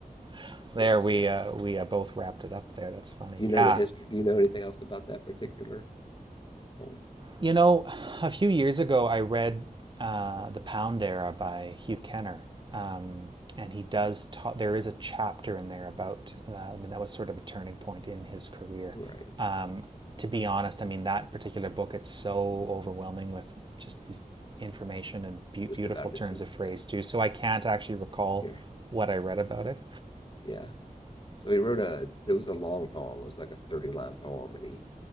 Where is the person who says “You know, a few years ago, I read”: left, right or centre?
Right